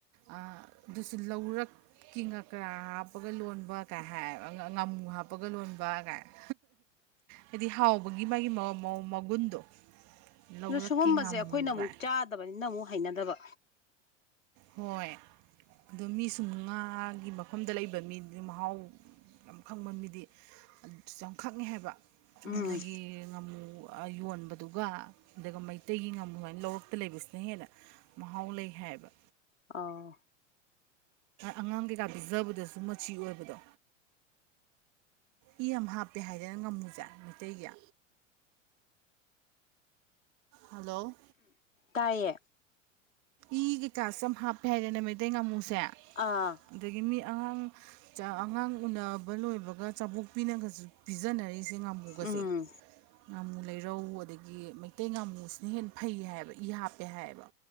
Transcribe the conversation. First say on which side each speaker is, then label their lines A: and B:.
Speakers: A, on the right; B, on the left.
A: ꯑꯥ ꯑꯗꯨꯁꯨ ꯂꯧꯔꯛ ꯀꯤ ꯉꯀ꯭ꯔꯥ ꯍꯥꯞꯄꯒ ꯂꯣꯟꯕ ꯀꯥꯢ ꯍꯥꯏꯕ ꯉꯥꯃꯨ ꯍꯥꯞꯄꯒ ꯂꯣꯟꯕ ꯀꯥꯢꯅ ꯍꯥꯏꯗꯤ ꯍꯥꯎꯕꯒꯤ ꯃꯥꯒꯤ ꯃꯒꯨꯟꯗꯣ ꯂꯧꯔꯛꯀꯤ
B: ꯑꯗꯨꯗ ꯁꯤꯨꯒꯨꯝꯕꯁꯦ
A: ꯉꯥꯃꯨ
B: ꯑꯩꯈꯣꯏꯅ ꯑꯃꯨꯛ
A: ꯀꯥꯏ
B: ꯆꯥꯗꯕꯅꯤꯅ ꯑꯃꯨꯛ ꯍꯩꯅꯗꯕ
A: ꯍꯣꯏ ꯑꯗꯣ ꯃꯤꯁꯨ ꯉꯥꯒꯤ ꯃꯐꯝꯗ ꯂꯩꯕ ꯃꯤꯗꯨ ꯃꯍꯥꯎ ꯌꯥꯝ ꯈꯪꯕ ꯃꯤꯗꯤ ꯌꯥꯝ ꯈꯪꯉꯦ ꯍꯥꯏꯕ ꯆꯨꯝꯅꯒꯤ
B: ꯎꯝ
A: ꯉꯝꯃꯨ ꯌꯣꯟꯕꯗꯨꯒ ꯑꯗꯨꯒ ꯃꯩꯇꯩꯒꯤ ꯉꯥꯃꯨ ꯁꯃꯥꯏꯅ ꯂꯧꯔꯛꯇ ꯂꯩꯕꯁꯤꯅ ꯍꯦꯟꯅ ꯃꯍꯥꯎ ꯂꯩ ꯍꯥꯏꯌꯦꯕ
B: ꯑꯥꯎ
A: ꯑꯉꯥꯡ ꯀꯩꯀꯥ ꯄꯤꯖꯕꯗꯁꯨ ꯃꯆꯤ ꯑꯣꯏꯕꯗꯣ ꯢ ꯌꯥꯝ ꯍꯥꯞꯄꯦ ꯍꯥꯏꯗꯅ ꯉꯝꯃꯨꯁꯦ ꯃꯩꯇꯩꯒꯤ ꯍꯜꯂꯣ
B: ꯇꯥꯏꯌꯦ
A: ꯏꯒꯤꯀꯥꯁꯨ ꯌꯥꯝ ꯍꯥꯞꯄꯦ ꯍꯥꯏꯗꯅ ꯃꯩꯇꯩ ꯉꯥꯃꯨꯁꯦ
B: ꯑꯥ
A: ꯑꯗꯒꯤ ꯃꯤ ꯑꯉꯥꯡ ꯑꯉꯥꯡ ꯎꯅꯕ ꯂꯣꯏꯕꯒ ꯆꯥꯕꯣꯛꯄꯤꯅꯒꯁꯨ ꯄꯤꯖꯅꯔꯤꯁꯦ ꯉꯥꯃꯨꯒꯁꯦ
B: ꯎꯝ
A: ꯉꯥꯃꯨ ꯂꯩꯔꯧ ꯑꯗꯒꯤ ꯃꯩꯇꯩ ꯉꯥꯃꯨꯁꯤꯅ ꯍꯦꯟꯅ ꯐꯩ ꯍꯥꯏꯕ ꯏ ꯍꯥꯞꯄꯦ ꯍꯥꯏꯌꯦꯕ